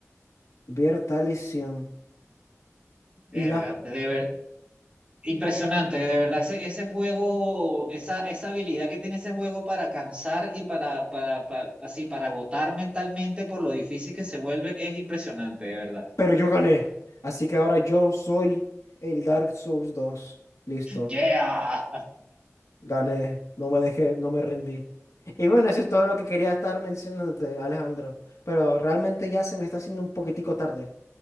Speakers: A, on the left; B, on the right.
A: Ver tal lesión.
B: Verga,
A: Y ya.
B: de ver- impresionante, de verdad, ese, ese juego, esa, esa habilidad que tiene ese juego para cansar y para, para, para, así, para agotar mentalmente por lo difícil que se vuelve, es impresionante, de verdad.
A: Pero yo gané. Así que ahora yo soy el Dark Souls 2. Listo.
B: Yeah.
A: Gané. No me dejé, no me rendí. Y bueno, eso es todo lo que quería estar mencionándote, Alejandro. Pero realmente ya se me está haciendo un poquitico tarde.